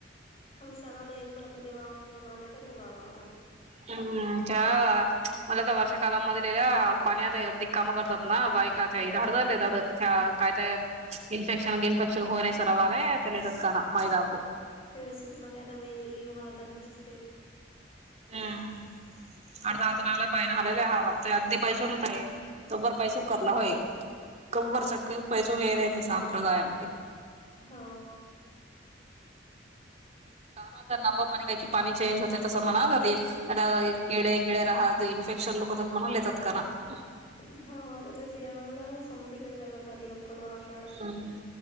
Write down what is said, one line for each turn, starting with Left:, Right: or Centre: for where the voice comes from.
Left: म सलाव एक बार ल ववा म्हझज गाड्या लि ववा आ
Right: हम्म च म्हला आता वर्ष कालामध्येध ललं पाणी आता अदी काम करतात ना बायक हड काय काय इन्फेक्शन गिनफेश हो नाही
Left: हम्म.
Right: सरवाले तेलेजचकाना मैदाू
Left: फेस म्हणे आता वेडी हातगीस
Right: हम्म अर्धा
Left: <unintelligible>
Right: <unintelligible> <unintelligible>
Left: हो.
Right: काम तर नवं पाणी काही क पाणी चेंज होते तसं म्हणात ते आता किडे गिडे राहत इन्फेक्शन होतात म्हणून येतात <unintelligible>
Left: <unintelligible>
Right: हम्म